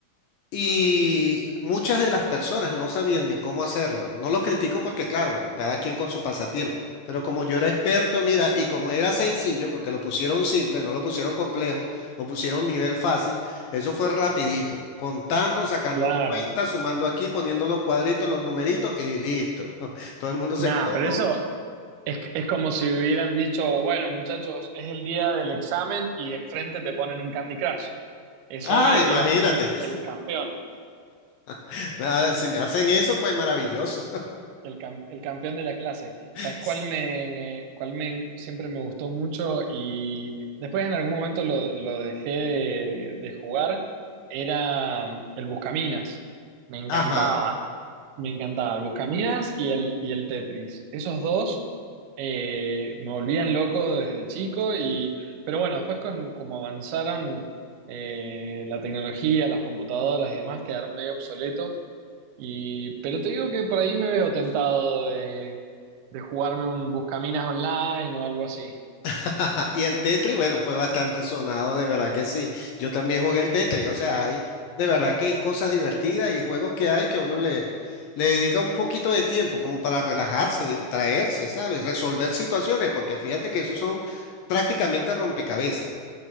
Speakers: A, on the left (about 80°); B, on the right (about 80°).
A: Y muchas de las personas no sabían ni cómo hacerlo. No los critico porque, claro, cada quien con su pasatiempo. Pero como yo era experto, mira, y como era sencillo, porque lo pusieron simple, no lo pusieron complejo, lo pusieron nivel fácil, eso fue rapidito. Contando, sacando
B: claro.
A: cuentas, sumando aquí, poniendo los cuadritos, los numeritos y listo. <laughs> Todo el mundo se
B: Nada,
A: quedó
B: pero
A: loco.
B: eso es, es como si hubieran dicho, bueno, muchachos, es el día del examen y enfrente te ponen un Candy Crush. Es
A: Ah,
B: obvio
A: imagínate.
B: que ibas a ser el, el campeón.
A: <laughs> Ah, Si me hacen eso, pues maravilloso.
B: El, cam- el campeón de la clase.
A: <laughs>
B: ¿Sabes cuál me, cuál me siempre me gustó mucho? Y después en algún momento lo, lo dejé de, de jugar. Era mm, el Buscaminas. Me encantaba.
A: Ajá.
B: Me encantaba. El Buscaminas y el, y el Tetris. Esos dos eh, me volvían loco desde chico. Y, pero bueno, después con como avanzaron eh, la tecnología, las computadoras y demás, quedaron medio obsoletos. Y, pero te digo que por ahí me veo tentado de, de jugarme un Buscaminas online o algo así.
A: <laughs> Ajá, Y el Tetris, bueno, fue bastante sonado, de verdad que sí. Yo también jugué el Tetris, o sea, hay, de verdad que hay cosas divertidas y juegos que hay que uno le, le dedica un poquito de tiempo como para relajarse,
B: Sí,
A: distraerse, ¿sabes? Resolver situaciones, porque fíjate que esos son prácticamente rompecabezas.